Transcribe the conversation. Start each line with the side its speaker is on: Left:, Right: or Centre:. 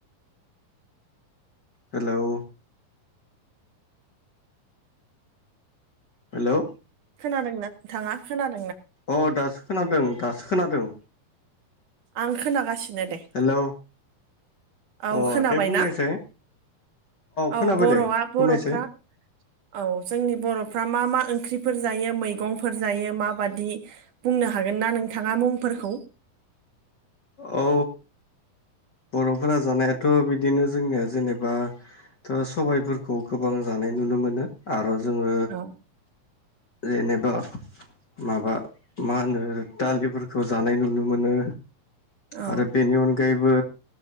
Left: हेलौ हेलौ
Right: खोनादोंना नोंथाङा खोनादों
Left: अ दासो खोनादों दासो खोनादों
Right: आं खोनागासिनो दे
Left: हेलौ
Right: औ
Left: अ
Right: खोनाबायनाा
Left: दे बुंनायसाय
Right: औ
Left: खोनाबाय
Right: बर'आ
Left: दे
Right: बर'फ्रा
Left: बुंनायसाय
Right: औ जोंनि बर'फ्रा मा मा ओंख्रिफोर जायो मैगंफोर जायो माबादि बुंनो हागोनना नोंथाङा मुंफोरखौ?
Left: औ। बर'फोरा जानायाथ' बिदिनो जोंनिया जेनेबा सबायफोरखौ गोबां जानाय नुनो मोनो आरो जोङो
Right: औ।
Left: जेनेबा माबा मा होनो दालिफोरखौ जानाय नुनो मोनो।
Right: औ
Left: आरो बेनि अनगायैबो